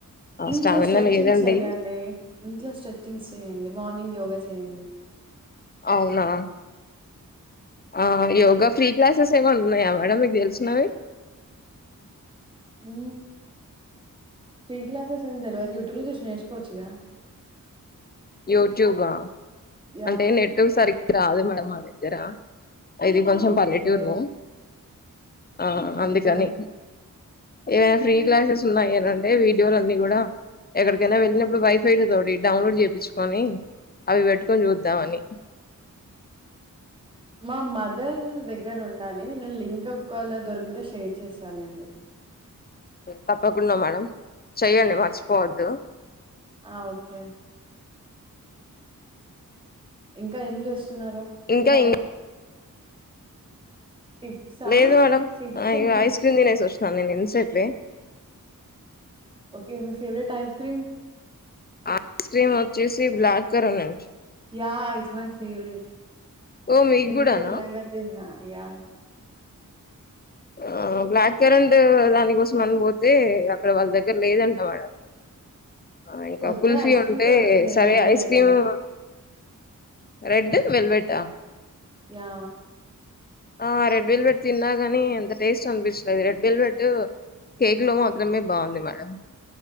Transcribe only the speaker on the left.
స్టామినా
లేదండి
అవునా ఆ యోగా ఫ్రీ క్లాసెస్ ఏమైనా ఉన్నాయా మేడం మీకు తెలిసినవి
యూట్యూబా
అంటే నెట్ సరిగ్ రాదు మేడం అది జెరా ఇది కొంచం
పల్లెటూరు ఆ
అందుకని ఏవైనా ఫ్రీ క్లాసెస్ ఉన్నాయని అంటే వీడియోలు అన్ని కూడా ఎక్కడికైనా వెళ్ళినప్పుడు వైఫైడ్ తోటి డౌన్లోడ్ చేపించుకొని అవి పెట్టు కొని చూద్దామని
తప్పకుండా మేడం చేయండి మర్చిపోవద్దు
ఇంకా ఇం
లేదు మేడంమ్
అయో
ఐస్ క్రీమ్ తినేసి వస్తు న్నీ నేను ఇన్ సేపే
ice cream వచ్చేసి black currant
ఓ మీకు
కూడానా
ఆ బ్లాక్ కరెంట్ దానికోసం అన్ని పోతే అక్కడ వాళ్ళ దగ్గర లేదంట మేడం ఆ ఇంకా
కుల్ఫీ
ఉంటే
సరే
ఐస్ క్రీము
రెడ్ వెల్వెట్ ఆ
ఆ రెడ్ విల్వేట్ తిన్నగనీ టేస్ట్ అనిపించలేది రెడ్ వెలవేట్టు కేక్ లో మాత్రమే బాగుంది మేడం